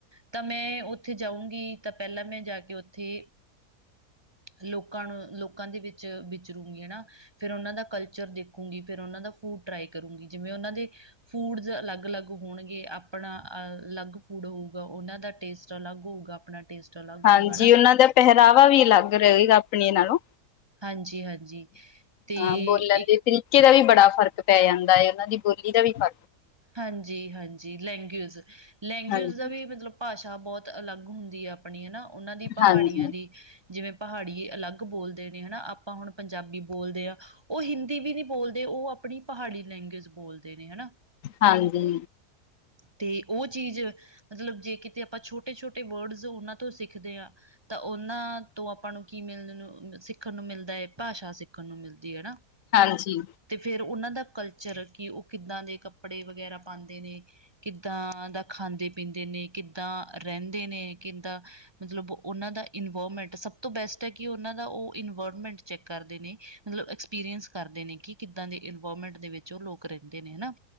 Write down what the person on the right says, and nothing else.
ਤਾਂ ਮੈਂ ਉੱਥੇ ਜਾਊਂਗੀ ਤਾਂ, ਪਹਿਲਾਂ ਮੈਂ ਜਾ ਕੇ ਉੱਥੇ ਲੋਕਾਂ ਨੂੰ, ਲੋਕਾਂ ਦੇ ਵਿੱਚ ਵਿਚਰੂਗੀ, ਹਨਾ। ਫਿਰ ਉਹਨਾਂ ਦਾ ਕਲਚਰ ਦੇਖੂੰਗੀ, ਫਿਰ ਉਹਨਾਂ ਦਾ ਫੂਡ ਟਰਾਈ ਕਰੂਗੀ, ਜਿਵੇਂ ਉਹਨਾਂ ਦੇ ਫੂਡਜ਼ ਅਲੱਗ- ਅਲੱਗ ਹੋਣਗੇ, ਆਪਣਾ ਅਲੱਗ ਫੂਡ ਹੋਊਗਾ, ਉਹਨਾਂ ਦਾ ਟੇਸਟ ਅਲੱਗ ਹੋਊਗਾ, ਆਪਣਾ ਟੇਸਟ ਅਲੱਗ
ਹੋਊਗਾ ਨਾ
ਹਾਂਜੀ ਹਾਂਜੀ, ਤੇ
ਇੱਕ
ਹਾਂਜੀ ਹਾਂਜੀ ਲੈਂਗੁਏਜ, ਲੈਂਗੁਏਜ
ਦਾ ਵੀ ਮਤਲਬ ਭਾਸ਼ਾ ਬਹੁਤ ਅਲੱਗ ਹੁੰਦੀ ਹੈ ਆਪਣੀ ਹਨਾ, ਉਹਨਾਂ ਦੀ ਪਹਾੜੀਆਂ
ਦੀ ਜਿਵੇਂ ਪਹਾੜੀ ਅਲੱਗ ਬੋਲਦੇ ਨੇ ਹਨਾ, ਆਪਾਂ ਹੁਣ ਪੰਜਾਬੀ ਬੋਲਦੇ ਹਾਂ। ਉਹ ਹਿੰਦੀ ਵੀ ਨਹੀ ਬੋਲਦੇ, ਉਹ ਆਪਣੀ ਪਹਾੜੀ ਲੈਂਗੁਵੇਜ ਬੋਲਦੇ ਨੇ, ਹਨਾ।
ਤੇ ਉਹ ਚੀਜ਼, ਮਤਲਬ ਜੇ ਕਿਤੇ ਆਪਾਂ ਛੋਟੇ ਛੋਟੇ ਵਰਡਜ਼ ਉਹਨਾਂ ਤੋਂ ਸਿੱਖਦੇ ਹਾਂ ਤਾਂ ਉਹਨਾਂ ਤੋਂ ਆਪਾਂ ਨੂੰ ਕੀ ਮਿਲਣ ਨੂੰ ਸਿੱਖਣ ਨੂੰ ਮਿਲਦਾ ਹੈ, ਭਾਸ਼ਾ ਸਿੱਖਣ ਨੂੰ ਮਿਲਦੀ, ਹਨਾ।
ਤੇ ਫਿਰ ਉਨਾਂ ਦਾ ਕਲਚਰ ਕਿ ਓ ਕਿੱਦਾਂ ਦੇ ਕੱਪੜੇ ਵਗੈਰਾ ਪਾਂਦੇ ਨੇ। ਕਿੱਦਾਂ ਦਾ ਖਾਂਦੇ-ਪੀਂਦੇ ਨੇ ਕਿੱਦਾਂ ਰੈੰਦੇ ਨੇ ਕਿੱਦਾਂ ਮਤਲਬ ਓਨਾਂ ਦਾ ਇਨਵਾਰਮੈਂਟ ਸਭ ਤੋਂ ਬੈਸਟ ਐ ਕਿ ਓਨਾਂ ਦਾ ਓ ਇਨਵਾਰਮੈਂਟ ਚੈੱਕ ਕਰਦੇ ਨੇ। ਮਤਲਬ ਐਕਸਪੀਰੀਸ ਕਰਦੇ ਨੇ ਕਿ ਕਿਦਾਂ ਦੇ ਇਨਵਾਰਮੈਂਟ ਦੇ ਵਿੱਚ ਓ ਲੋਕ ਰੇੱਦੇ ਨੇ ਨਾ।